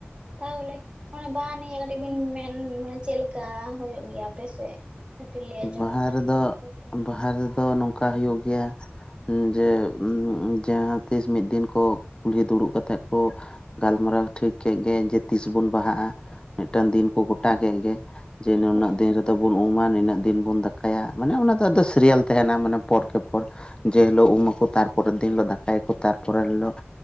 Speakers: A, on the right; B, on the left.
A: ᱛᱟᱦᱚᱞᱮ ᱚᱱᱮ ᱵᱟᱦᱟ ᱱᱤᱭᱮ ᱠᱟᱹᱴᱤᱡ ᱵᱤᱱ ᱢᱮᱱ ᱢᱟᱱᱮ ᱪᱮᱫ ᱞᱮᱠᱟ ᱦᱩᱭᱩᱜ ᱜᱮᱭᱟ ᱟᱯᱮᱥᱮᱫ ᱠᱟᱹᱴᱤᱡ ᱞᱟᱹᱭ
B: ᱵᱟᱦᱟ
A: ᱟᱸᱡᱚᱢᱚᱜ ᱞᱮᱱᱠᱷᱟᱱ
B: ᱨᱮᱫᱚ
A: ᱦᱩᱭ ᱠᱚ ᱜᱮᱭᱟ
B: ᱵᱟᱦᱟ ᱨᱮᱫᱚ ᱱᱚᱝᱠᱟ ᱦᱩᱭᱩᱜ ᱜᱮᱭᱟ ᱡᱮ ᱡᱟᱦᱟᱸ ᱛᱤᱥ ᱢᱤᱫ ᱫᱤᱱ ᱠᱚ ᱠᱩᱞᱦᱤ ᱫᱩᱲᱩᱵ ᱠᱟᱛᱮᱜ ᱠᱚ ᱜᱟᱞᱢᱟᱨᱟᱣ ᱴᱷᱤᱠ ᱠᱮᱫ ᱜᱮ ᱡᱮ ᱛᱤᱥ ᱵᱚᱱ ᱵᱟᱦᱟᱜᱼᱟ ᱢᱤᱫᱴᱟᱝ ᱫᱤᱱ ᱠᱚ ᱜᱚᱴᱟ ᱠᱮᱫ ᱜᱮ ᱡᱮ ᱱᱩᱱᱟᱹᱜ
A: ᱦᱳᱭ
B: ᱫᱤᱱ ᱨᱮᱫᱚ ᱵᱚᱱ ᱩᱢᱟ ᱱᱤᱱᱟᱹᱜ ᱫᱤᱱ ᱵᱚᱱ ᱫᱟᱠᱟᱭᱟ ᱢᱟᱱᱮ ᱚᱱᱟ ᱫᱚ ᱥᱤᱨᱤᱭᱟᱞ ᱛᱟᱦᱮᱱᱟ ᱢᱟᱱᱮ ᱯᱚᱨ ᱠᱮ ᱯᱚᱨ ᱡᱮ ᱦᱤᱞᱳᱜ ᱩᱢ ᱟᱠᱚ ᱛᱟᱨᱯᱚᱨᱮᱨ ᱫᱤᱱ ᱦᱤᱞᱳᱜ ᱫᱟᱠᱟᱭᱟᱠᱚ ᱛᱟᱨᱯᱚᱨᱮ ᱦᱤᱞᱳᱜ